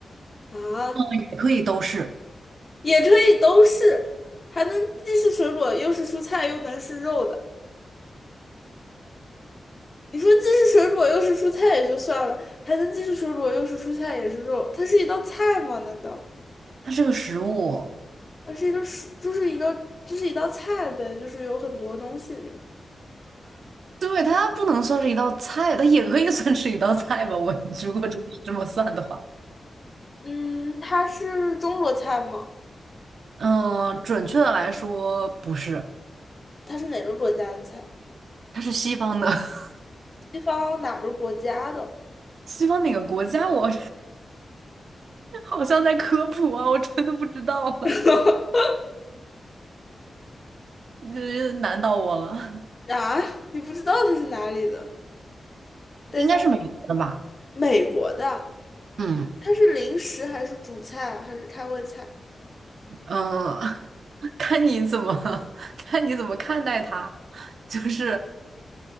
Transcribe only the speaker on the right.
也可以都是，
它是个食物。
对，它不能算是一道菜，它也可以算是一道菜吧。我如果真的是这么算的话，
嗯，准确的来说不是。
它是西方的，<laughs>
西方哪个国家？我 <laughs> 好像在科普啊，我真的不知道了，
你这难到我了。
应该是美国的吧？
嗯
嗯，呃 <laughs> 看你怎么 <laughs> 看你怎么看待它，就是